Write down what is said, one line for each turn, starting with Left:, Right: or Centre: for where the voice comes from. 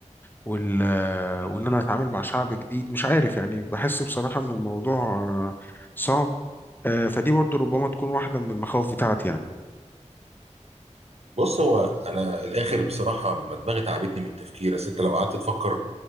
Left: وال وان انا اتعامل مع شعب جديد مش عارف يعني بحس بصراحة ان الموضوع آه، صعب آه، فدي برضو ربما تكون واحدة من المخاوف بتاعتي يعني
Right: بص هو انا الاخر بصراحه ما دماغي تعبتني من التفكير اصل انت لو قعدت تفكر